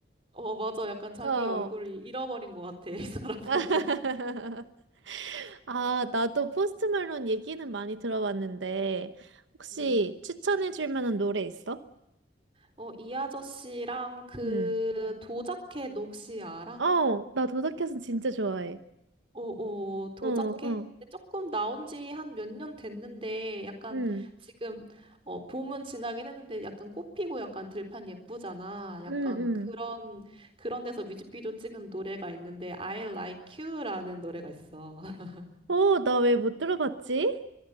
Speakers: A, on the right; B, on the right.
A: 어, 맞아. 약간
B: <laughs>
A: 자기
B: 어.
A: 얼굴 잃어버린 것 같아. <laughs> 이 사람
B: <laughs>
A: 보면.
B: 아, 나도 포스트 말론 얘기는 많이 들어봤는데 혹시
A: 음.
B: 추천해 줄 만한 노래 있어?
A: 어, 이 아저씨랑 그
B: 응.
A: 도자켓 너 혹시 알아?
B: 어, 나 도덕켓은 진짜 좋아해.
A: 어, 어, 도자켓
B: 어, 어.
A: 조금 나온 지 한 몇 년 됐는데 약간
B: 응.
A: 지금 어, 봄은 지나긴 했는데 약간 꽃피고 약간 들판 예쁘잖아. 약간
B: 응, 응.
A: 그 그런 데서 뮤직비디오 찍은 노래가 있는데 I Like You라는 노래가 있어. <laughs>
B: 어, 나 왜 못 들어봤지?